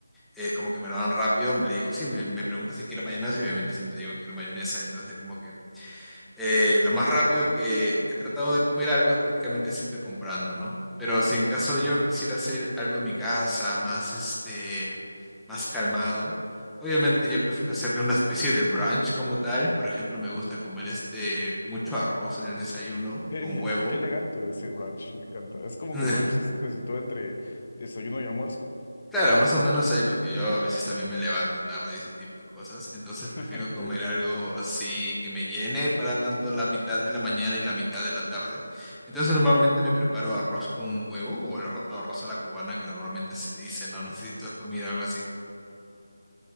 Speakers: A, in the centre; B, on the left.
A: eh, como que me lo dan rápido, le digo, sí, me, me pregunta si quiero mayonesa y obviamente siempre digo quiero mayonesa, entonces como que eh, lo más rápido que he tratado de comer algo es prácticamente siempre comprando, ¿no? Pero si en caso yo quisiera hacer algo en mi casa, más este, más calmado, obviamente yo prefiero hacerme una especie de brunch como tal, por ejemplo, me gusta comer este mucho arroz en el desayuno
B: Qué,
A: con huevo.
B: <laughs> qué elegante decir brunch, me encanta. Es como
A: <laughs>
B: que el brunch es, se sitúa entre desayuno y almuerzo.
A: Claro, más o menos ahí, porque yo a veces también me levanto tarde y ese tipo de cosas. Entonces
B: <laughs>
A: prefiero
B: Increíble.
A: comer algo así que me llene para tanto la mitad de la mañana y la mitad de la tarde. Entonces normalmente me preparo arroz con huevo o el arro- arroz a la cubana que normalmente se dice, ¿no? No sé si tú has comido algo así.